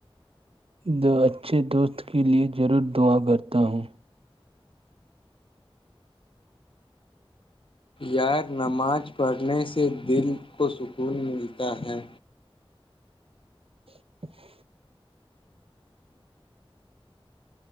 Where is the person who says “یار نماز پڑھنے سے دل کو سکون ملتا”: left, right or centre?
Left